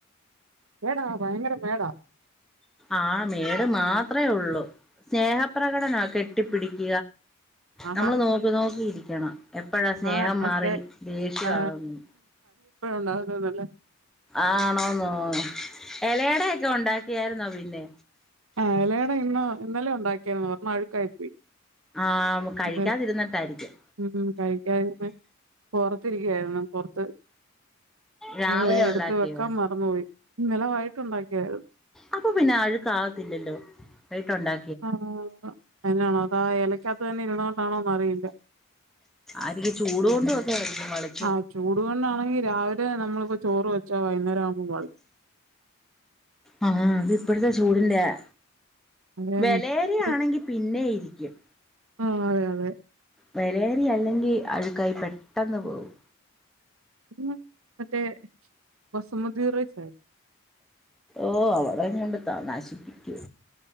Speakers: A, on the right; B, in the centre.
A: മേടാ ഭയങ്കര മേടാ
B: ആ മേട് മാത്രെ ഒള്ളൂ സ്നേഹപ്രകടനാ കെട്ടിപ്പിടിക്ക
A: ആഹാ
B: നമ്മള് നോക്കി നോക്കി ഇരിക്കണം എപ്പഴാ സ്നേഹം
A: ആ
B: മാറി
A: ഒക്കെ
B: ദേഷ്യമാവുന്ന്‌
A: ആ <unintelligible>
B: ആണോന്നോ എലയടയൊക്കെ ഒണ്ടാക്കിയാരുന്നോ പിന്നെ
A: ഏഹ് എലയട ഇന്നോ ഇന്നലെ ഒണ്ടാക്കിയാരുന്നു ഒരെണ്ണം അഴുക്കായി പോയി
B: ആഹ് കഴിക്കാതിരുന്നിട്ടാരിക്കും
A: അത് ഉം കഴിക്കാതിപ്പെ പൊറത്തിരിക്കായിരുന്നു പൊറത്ത്
B: രാവിലെ
A: അതെ
B: ഉണ്ടാക്കിയോ
A: എടുത്ത് വെക്കാൻ മറന്നുപോയി ഇന്നലെ വൈയിട്ട് ഒണ്ടാക്കിയതാരുന്നു
B: അപ്പൊ പിന്നെ അഴുക്കാവത്തില്ലല്ലോ വൈയിട്ടൊണ്ടാ
A: ആഹ് എന്നാണോ അതാ എലയ്ക്കാത്ത് തന്നെ ഇരുന്നകൊണ്ടാണോന്ന് അറിയില്ല
B: അതീ ചൂട് കൊണ്ട് ഒക്കെ ആയിരിക്കും വളിച്
A: ആഹ് ചൂടു കൊണ്ടാണെങ്കി രാവിലെ നമ്മളിപ്പോ ചോറ് വെച്ചാ വൈന്നേരം ആവുമ്പോ വളിക്
B: ആഹ് അത് ഇപ്പഴത്തെ ചൂടിന്റെയാ
A: അതേന്നെ
B: വെലേരിയാണെങ്കി
A: ചൂട്
B: പിന്നെ ഇരിക്കും
A: ആഹ് അതെ അതെ
B: വെലേരി അല്ലെങ്കി അഴുക്കായി പെട്ടെന്ന് പോവും
A: <unintelligible> മറ്റേ ബസുമതി റൈസെ
B: ഓഹ് അവടെ കൊണ്ടോട്ടാ നശിപ്പിക്കൂ